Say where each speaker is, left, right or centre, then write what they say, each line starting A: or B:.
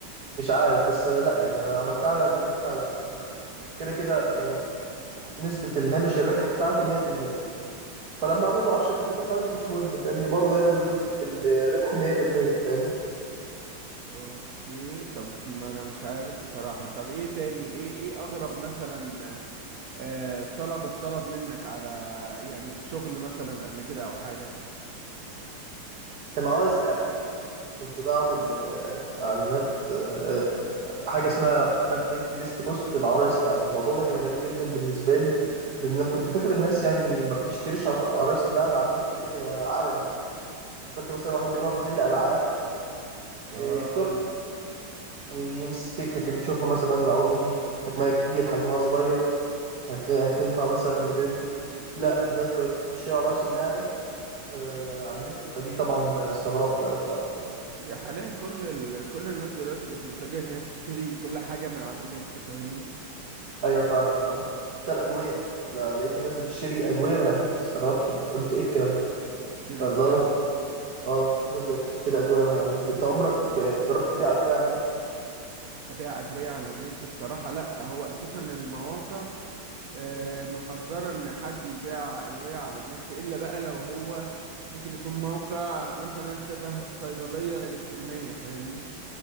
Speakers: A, on the right (about 50°); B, on the right (about 75°).
A: مش عارف بس لا يعني انا عملتها على النت علشان كده كده يعني نسبة الهامش الربح بتاعتي 100% فلما اعمل له 10% خلاص مش مهم فاهمني برضه هيفضل نسبة الربح 100% فاهمني
B: اوكي طب ما انا مش عارف بصراحة طب ايه تاني ايه ايه اغرب مثلا آه طلب الطلب منك على يعني في شغل مثلا قبل كده او حاجة
A: كان العرايس لعبة كنت بعمل آه، اعلانات آه، آه، حاجة اسمها باك لينك جيست بوست العرايس لعبة الموضوع ده كان غريب جدا بالنسبة لي لان انا كنت فاكر الناس يعني ما بتشتريش عر- عرايس اللعبة على النت كده علني افتكرت مثلا واحد بيروح محل العاب
B: اه
A: آه، يختار ويمسكها كان بيشوفها مثلا العروسة دي حجمها كبير حجمها صغير هت- هتنفع مثلا لبنته لا الناس بقت تشتري عرايس اللعبة آه على النت فدي طبعا استغربت أوي بصراحة
B: يا حاليا كل ال... كل الناس دلوقتي بقت متجهة ان هي تشتري كل حاجة من على النت فاهمني
A: أيوة فعلا أنا حتى الأدوية أنا لقيت الناس بتشتري أدوية من على النت استغربت قلت إيه الكلام ده
B: ايه ده
A: فزي
B: ده بجد
A: ما اه الناس بقت تشتري أدوية من على النت أنت عمرك آه، جربت تبيع أدوية على النت؟
B: ابيع ادويه على النت بصراحه لا هو اساسا المواقع آه،
A: مم.
B: محذره ان حد يبيع ادويه على النت الا بقى لو هو ممكن يكون موقع مثلا شبه صيدليه الكترونيه فاهمني